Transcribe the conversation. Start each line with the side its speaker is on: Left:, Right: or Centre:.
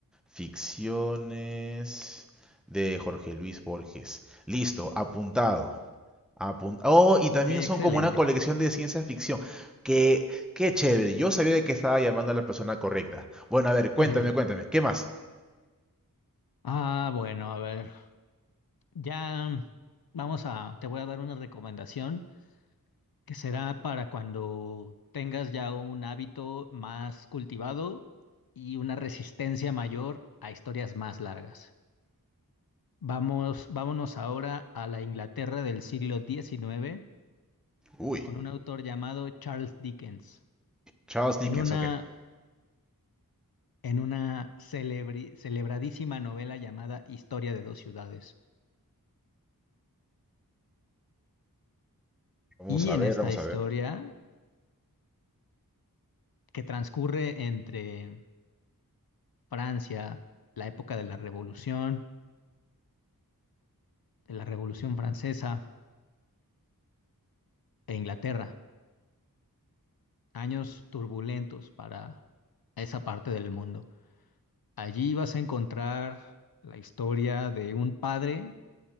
Centre: Ficciones de Jorge Luis Borges. Listo, apuntado. Apun- Oh, y también
Left: Excelente.
Centre: son como una colección de ciencia ficción. Qué, qué chévere. Yo sabía de que estaba llamando a la persona correcta. Bueno, a ver,
Left: <laughs>
Centre: cuéntame,
Left: Jejeje.
Centre: cuéntame. ¿Qué más?
Left: Ah, bueno, a ver. Ya vamos a, te voy a dar una recomendación que será para cuando tengas ya un hábito más cultivado y una resistencia mayor a historias más largas. Vamos, vámonos ahora a la Inglaterra del siglo XIX
Centre: Uy,
Left: con un autor llamado Charles Dickens.
Centre: Charles Dickens,
Left: En una,
Centre: ok.
Left: en una celebri- celebradísima novela llamada Historia de dos ciudades.
Centre: Vamos
Left: Y
Centre: a
Left: en
Centre: ver,
Left: esta
Centre: vamos
Left: historia,
Centre: a ver.
Left: que transcurre entre Francia, la época de la Revolución, de la Revolución Francesa e Inglaterra, años turbulentos para esa parte del mundo. Allí vas a encontrar la historia de un padre,